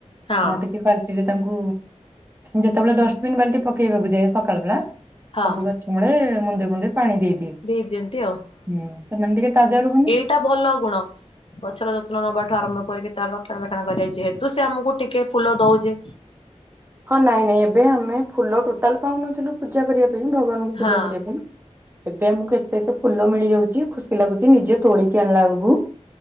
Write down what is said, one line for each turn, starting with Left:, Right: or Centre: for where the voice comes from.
Left: ହଁ
Right: ମୁଁ ଟିକେ ବାଲ୍ଟିରେ ତାଙ୍କୁ ଯେତେବେଳେ ଡଷ୍ଟବିନ୍ ବାଲ୍ଟି ପକେଇବାକୁ ଯାଏ ସକାଳ ବେଳା ସବୁ
Left: ହଁ
Right: ଗଛ ମୂଳେ ମୁନ୍ଦେ ମୁନ୍ଦେ ପାଣି ଦେଇଦିଏ। ହୁଁ,
Left: ଦେଇ ଦିଅନ୍ତି
Right: ସେମାନେ ଟିକେ ତାଜା ରୁହନ୍ତି।
Left: ଏଟା ଭଲ ଗୁଣ। ଗଛର ଯତ୍ନ ନବାଠୁ ଆରମ୍ଭ କରିକି ତାର ରକ୍ଷଣ ବେକ୍ଷଣା କରିବା ଯେହେତୁ ସେ ଆମକୁ ଟିକେ ଫୁଲ ଦଉଚି।
Right: ହଁ ନାଇଁ ନାଇଁ ଏବେ ଆମେ ଫୁଲ ଟୋଟାଲ ପାଉନଥିଲୁ ପୂଜା କରିବା ପାଇଁ, ଭଗବାନଙ୍କୁ
Left: ହଁ
Right: ପୂଜା କରିବା ପାଇଁ। ଏବେ ଆମକୁ ଏତେ ଏତେ ଫୁଲ ମିଳିଯାଉଛି, ଖୁସି ଲାଗୁଚି ନିଜେ ତୋଳିକି ଆଣିଲା ବେଳକୁ।